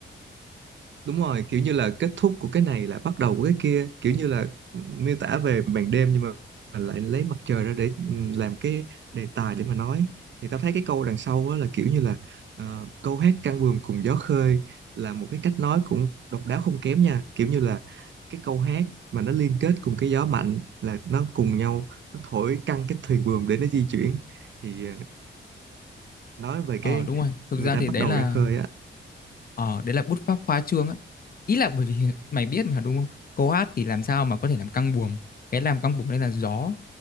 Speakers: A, on the right; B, on the left.
A: đúng rồi kiểu như là kết thúc của cái này là bắt đầu của cái kia kiểu như là miêu tả về màn đêm nhưng mà lại lấy mặt trời ra để ừ, làm cái đề tài để mà nói thì tao thấy cái câu đằng sau á là kiểu như là ờ, câu hát căng buồm cùng gió khơi là một cái cách nói cũng độc đáo không kém nha kiểu như là cái câu hát mà nó liên kết cùng cái gió mạnh là nó cùng nhau nó thổi căng cái thuyền buồm để nó di chuyển thì ờ, nói về
B: ờ
A: cái
B: đúng rồi thực
A: người
B: ra
A: ta
B: thì
A: bắt
B: đấy
A: đầu
B: là
A: ra khơi á
B: Ờ, đấy là bút pháp khoa trương á. Ý là bởi vì <laughs> mày biết mà đúng không? Câu hát thì làm sao mà có thể làm căng buồm. Cái làm căng buồm đây là gió.